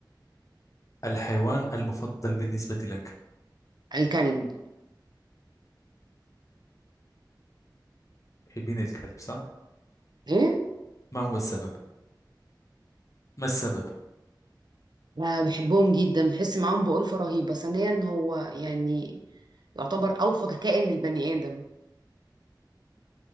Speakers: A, on the left; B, on the right.
A: الحيوان المفضل بالنسبة لك
B: الكلب
A: تحبين الكلب صح؟
B: ايه
A: ما هو السبب؟ ما السبب
B: لا بحبهم جدا بحس معاهم بألفة رهيبة ثانيا هو يعني يعتبر اوفى كائن للبني ادم